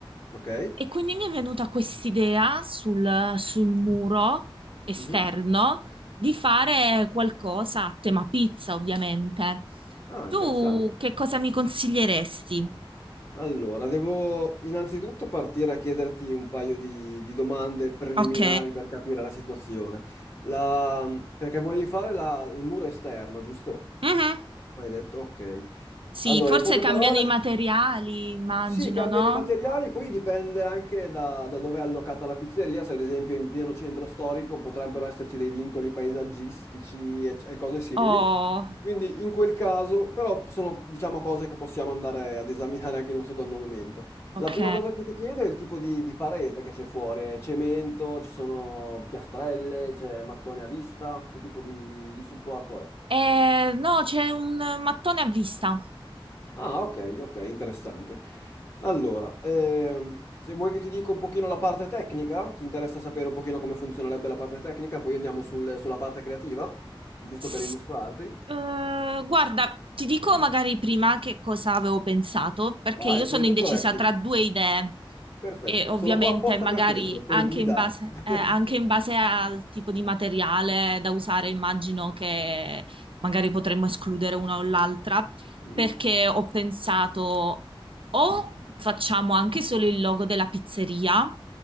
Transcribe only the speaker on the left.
Ok.
Mhm.
Ah,
interessante.
Allora, devo innanzitutto partire a chiederti un paio di, di domande preliminari
per capire la situazione. La- perché volevi fare la- il muro esterno, giusto?
Ma hai detto, ok.
Allora,
in poche
parole,
Sì, cambiano
i materiali, poi dipende anche da, da dove è allocata la pizzeria, se ad esempio in pieno centro storico potrebbero esserci dei vincoli paesaggistici e, e cose simili.
Quindi in quel caso, però sono diciamo cose che possiamo andare ad esaminare anche in un secondo momento.
La prima cosa che ti chiedo è il tipo di, di parete che c'è fuori, è cemento, ci sono piastrelle, c'è mattone a vista, che tipo di di supporto è?
Ah, ok, ok, interessante. Allora, ehm, se vuoi che ti dica un pochino la parte tecnica, ti interessa sapere un pochino come funzionerebbe la parte tecnica, poi andiamo sul- sulla parte creativa, giusto
per illustrarti.
Mm,
Vai,
sono tutto
orecchi.
Perfetto,
sono qua apposta
per quello, per
guidarti.
<laughs>
Mhm,